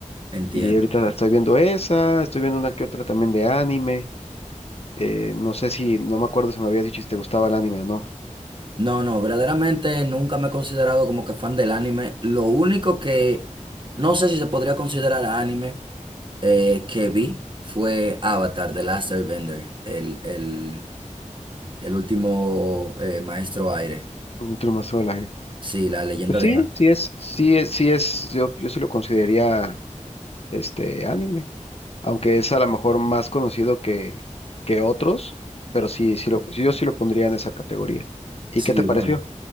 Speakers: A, on the right; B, on the left.
A: Entiendo.
B: Y ahorita la estoy viendo esa, estoy viendo una que otra también de anime. Eh, no sé si, no me acuerdo si me habías dicho si te gustaba el anime o no.
A: No, no, verdaderamente nunca me he considerado como que fan del anime. Lo único que no sé si se podría considerar anime eh, que vi fue Avatar, The Last Airbender, el, el, el último eh, maestro aire.
B: un Te lo del aire.
A: Sí, la leyenda
B: Pues
A: de
B: sí,
A: Aang.
B: sí es, sí es, sí es, yo, yo sí lo consideraría este anime, aunque es a lo mejor más conocido que, que otros, pero sí, sí lo, sí, yo sí lo pondría en esa categoría. ¿Y
A: Sí,
B: qué te pareció?
A: bueno.